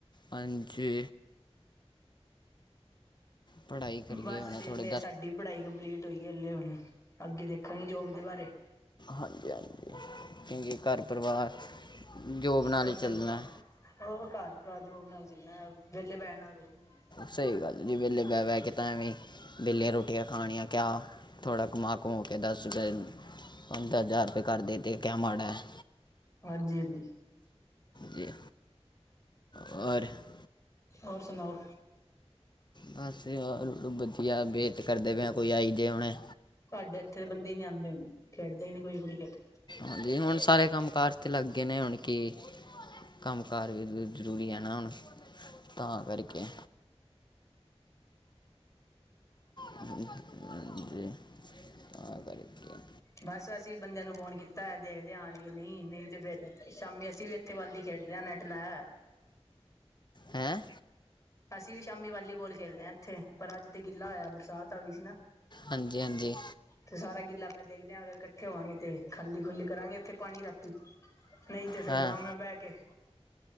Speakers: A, on the left; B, on the left.
A: ਹਾਂਜੀ। ਪੜ੍ਹਾਈ ਕਰੀਏ
B: ਬਸ
A: ਹੁਣੇ ਥੋੜੇ
B: ਮੇ ਸਾਡੀ ਪੜ੍ਹਾਈ ਕੰਪਲੀਟ ਹੋਈ ਹਲੇ ਹੁਣ, ਅੱਗੇ ਦੇਖਾਂਗੇ ਜੋਬ ਦੇ ਬਾਰੇ
A: ਹਾਂਜੀ -ਹਾਂਜੀ, ਕਿਉਂਕਿ ਘਰ ਪਰਿਵਾਰ ਜੋਬ
B: ਸਭ
A: ਨਾਲ ਈ ਚੱਲਣਾ।
B: ਵਧੀਆ ਉਹ ਘਰ ਜੋਬ ਨਾਲ ਚਲਨਾ, ਵਿਹਲੇ ਬੈਠ ਨਾਲ ਕੁਛ ਨਹੀਂਦਾ।
A: ਸਹੀ ਗੱਲ ਜੀ ਵਿਹਲੇ ਬਹਿ- ਬਹਿ ਕੇ ਤਾਂ ਐਵੇਂ, ਵਿਹਲੇ ਰੋਟੀਆਂ ਖਾਣੀਆਂ ਕਿਆ ਥੋੜ੍ਹਾ ਕਮਾ- ਕਮਾ ਕੇ ਦਸ ਰੁਪਏ, ਪੰਦਰਾਂ ਹਜ਼ਾਰ ਰੁਪਏ ਕਰ ਦੇ ਅਤੇ ਕਿਆ ਮਾੜਾ ਹੈ।
B: ਹਾਂਜੀ -ਹਾਂਜੀ।
A: ਜ ਔਰ <unintelligible>
B: ਹੋਰ ਸੁਣਾਓ?
A: ਬਸ ਹੋਰ ਵਧੀਆ, ਵੇਟ ਕਰਦੇ ਪਏ ਕੋਈ ਆਈ ਜੇ ਹੁਣੇ
B: ਤੁਹਾਡੇ ਇੱਥੇ ਦੇ ਬੰਦੇ ਹੀ ਨੀ ਆਉਂਦੇ ਹਣ, ਖੇਡਦੇ ਹੀ ਨੀ ਕੋਈ ਕ੍ਰਿਕਟ।
A: ਹਾਂਜੀ ਹੁਣ ਸਾਰੇ ਕੰਮ ਕਾਰ ' ਲੱਗ ਗਏ ਨੇ, ਹੁਣ ਕੀ ਕੰਮ ਕਾਰ ਵੀ ਜ਼ਰੂਰੀ ਹੈ ਨਾ ਹੁਣ, ਤਾਂ ਕਰਕੇ। ਹਾਂਜੀ <unintelligible> ਤਾਂ ਕਰਕੇ
B: ਬਸ ਅਸੀਂ ਬੰਦਿਆਂ ਨੂੰ ਫੋਨ ਕੀਤਾ, ਦੇਖਦੇ ਹ ਆਉਣਗੇ ਨਹੀਂ, ਨਹੀਂ ਤੇ ਫੇਰ ਸ਼ਾਮੀ ਅਸੀਂ ਵੀ ਇੱਥੇ ਵੱਲਦੀ ਖੇਡਦੇ ਹਾਂ, ਨੈੱਟ ਲਾਇ
A: ਹੈਂ?
B: ਅਸੀਂ ਵੀ ਸ਼ਾਮੀ ਵਾਲੀਬਾਲ ਖੇਲਦੇ ਹਾਂ ਇੱਥੇ, ਪਰ ਅੱਜ ਤੇ ਗਿੱਲਾ <unintelligible>
A: ਹਾਂਜੀ -ਹਾਂਜੀ।
B: ਤੇ ਸਾਰਾ ਗਿੱਲਾ ਪਾਂ ਦੇਖਦੇ ਹਾਂ, ਅਗਰ ਇਕੱਠੇ ਹੋਵਾਂਗੇ 'ਤੇ ਖਾਲੀ ਖੁੱਲੀ ਕਰਾਂਗੇ ਇੱਥੇ ਪਾਣੀ ਰ ਨਹੀਂ, ਤੇ ਫੇਰ
A: ਹਾਂ
B: ਅਰਾਮ ਨਾਲ ਬਹਿ ਕੇ